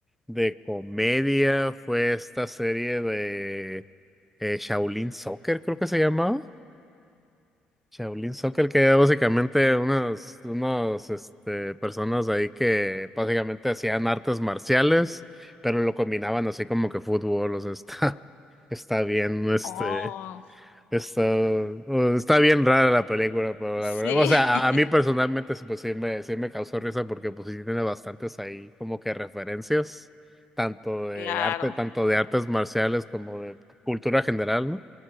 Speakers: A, in the centre; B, on the left.
A: de comedia fue esta serie de eh, Shaolin Soccer, creo que se llamaba. Shaolin Soccer, que era básicamente unos, unos este, personas ahí que básicamente hacían artes marciales, pero lo combinaban así como que fútbol, o sea, está, <laughs> está bien, este,
B: Oh,
A: está, o- está bien rara la película, pero la
B: sí,
A: verdad, o sea,
B: <laughs>
A: a, a mí personalmente sí, pues sí me, sí me causó risa porque pues sí tiene bastantes ahí como que referencias, tanto de
B: claro.
A: arte, tanto de artes marciales como de cultura general, ¿no?